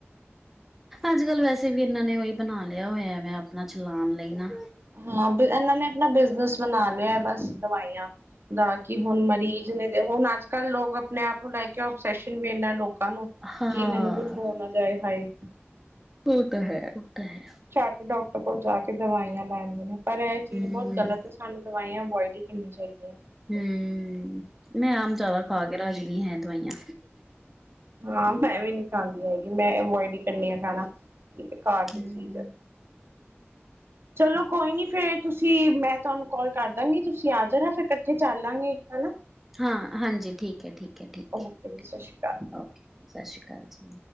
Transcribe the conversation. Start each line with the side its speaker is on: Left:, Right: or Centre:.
Centre: ਅੱਜ-ਕੱਲ ਵੈਸੇ ਵੀ ਇਨਾਂ ਨੇ ਓਹੀ ਬਣਾ ਲਿਆ ਹੋਇਆ ਵਾ ਆਪਣਾ ਚਲਾਨ ਲਈ ਨਾ।
Right: ਹਾਂ ਏਨਾਂ ਨੇ ਆਪਣਾ ਬਿਜਨਸ ਬਣਾ ਲਿਆ ਬਸ ਦਵਾਈਆਂ ਦਾ ਕੀ ਹੁਣ ਮਰੀਜ਼ ਨੇ ਹੁਣ ਅੱਜ-ਕੱਲ੍ਹ ਲੋਕ ਆਪਣੇ ਆਪ ਨੂੰ ਲੈ ਕੇ ਆਪਸੈਸ਼ਨ ਵੀ ਇਨਾ ਲੋਕਾਂ ਨੂੰ
Centre: ਹਾਂ
Right: ਕੀ ਮੈਨੂੰ ਕੁਛ ਹੋ ਨਾ ਜਾਏ ਹਾਏ।
Centre: ਓ ਤਾਂ ਹੈ ਓ ਤਾਂ ਹੈ।
Right: ਝੱਟ ਡਾਕਟਰ ਕੋਲ ਜਾ ਕੇ ਦਵਾਈਆਂ ਲੈਂਦੇ ਨੇ। ਪਰ ਐ ਚੀਜ਼
Centre: ਹਮ
Right: ਬੋਤ ਗਲਤ ਐਸਾਨੂੰ ਦਵਾਈਆਂ ਅਵੋਇਡ ਈ ਕਰਨੀਆਂ ਚਾਈਦੇ।
Centre: ਹੂੰ ਮੈਂ ਆਮ ਜਾਦਾ ਖਾ ਕੇ ਰਾਜੀ ਨੀ ਹੈ ਦਵਾਈਆਂ।
Right: ਹਾਂ ਮੈਂ ਵੀ ਨੀ ਖਾਂਦੀ ਹੈਗੀ ਮੈਂ ਅਵੋਇਡ ਈ ਕਰਨੀ ਆ ਖਾਣਾ ਕੀ ਘਰ ਦੀ
Centre: ਹਮ
Right: ਚੀਜ਼ ਚਲੋ ਕੋਈ ਨੀ ਫੇਰ ਤੁਸੀਂ ਮੈਂ ਤੁਹਾਨੂੰ ਕੋਲ ਕਰ ਦਾਂਗੀ। ਤੁਸੀਂ ਆ ਜਾਣਾ ਫਿਰ ਇਕੱਠੇ ਚੱਲਾਂਗੇ ਹਨਾ।
Centre: ਹਾਂ ਹਾਂਜੀ ਠੀਕ ਐ, ਠੀਕ ਐ, ਠੀਕ
Right: ਓਕੇ
Centre: ਐ,
Right: ਜੀ
Centre: ਠੀਕ
Right: ਸਤਿ ਸ਼੍ਰੀ ਅਕਾਲ।
Centre: ਐ ਓਕੇ ਸਸ ਸ਼੍ਰੀ ਕਾਲ ਜੀ।